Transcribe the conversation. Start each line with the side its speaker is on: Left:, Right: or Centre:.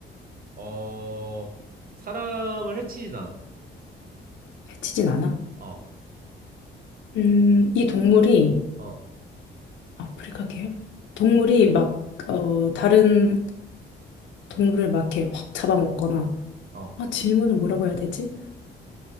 Right: 어, 사람을 해치진 않아.
Left: 해치진 않아?
Right: 어,
Left: 음, 이 동물이
Right: 어,
Left: 아프리카 계열? 동물이 막 어, 다른 동물을 막 이렇게 확 잡아먹거나
Right: 어.
Left: 아, 질문을 뭐라고 해야 되지?